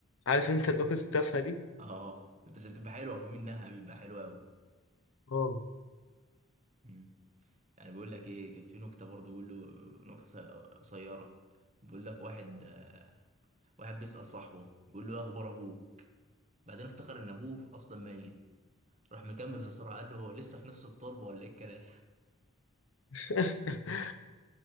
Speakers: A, on the left; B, on the right.
A: عارف انت النكت التافهه دي
B: اه بس بتبقى حلوة في منها بيبقى حلو أوي
A: اه
B: مم. يعني بيقول لك ايه كان في نكتة برضه بيقول له نكتة قصيرة بيقول لك واحد آه، واحد بيسأل صاحبه بيقول له إيه أخبار أبوك بعدين افتكر إن أبوه أصلا ميت راح مكمل في سرعة قال له هو لسه في نفس التربة ولا إيه الكلام
A: <laughs>